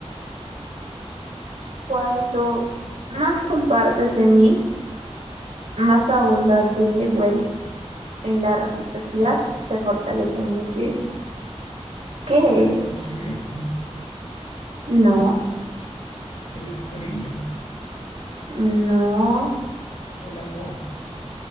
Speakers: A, on the right; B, on the left.
A: Cuanto más compartes de mí, más abundante me vuelvo. En la reciprocidad se fortalece mi esencia. ¿Qué
B: el conocimiento,
A: es? No,
B: el cariño,
A: no,
B: el amor,